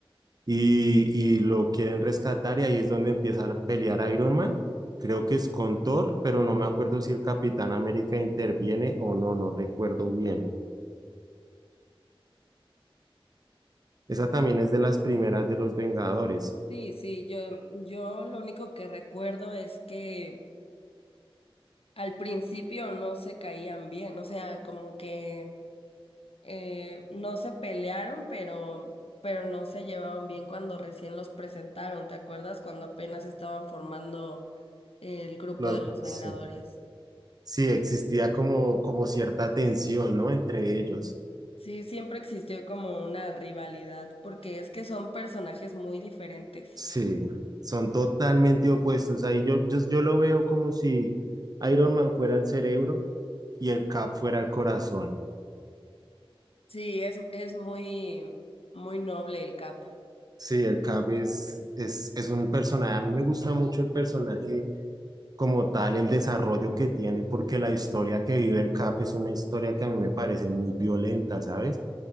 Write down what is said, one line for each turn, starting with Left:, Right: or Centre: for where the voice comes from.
Right: y, y lo quieren rescatar y ahí es donde empieza a pelear Iron Man. Creo que es con Thor, pero no me acuerdo si el Capitán América interviene o no, no recuerdo bien. Esa también es de las primeras de los Vengadores.
Left: Sí, sí, yo, yo lo único que recuerdo es que Al principio no se caían bien, o sea, como que eh, no se pelearon, pero, pero no se llevaban bien cuando recién los presentaron. ¿Te acuerdas cuando apenas estaban formando el grupo
Right: Los,
Left: de los Vengadores?
Right: sí. Sí, existía como, como cierta tensión, ¿no? Entre ellos.
Left: Sí, siempre existió como una rivalidad, porque es que son personajes muy diferentes.
Right: Sí, son totalmente opuestos. Ahí yo, yo, yo lo veo como si Iron Man fuera el cerebro y el Cap fuera el corazón.
Left: Sí, es, es muy, muy noble el Cap.
Right: Sí, el Cap es, es, es un personaje. A mí me gusta mucho el personaje como tal, el desarrollo que tiene, porque la historia que vive el Cap es una historia que a mí me parece muy violenta, ¿sabes?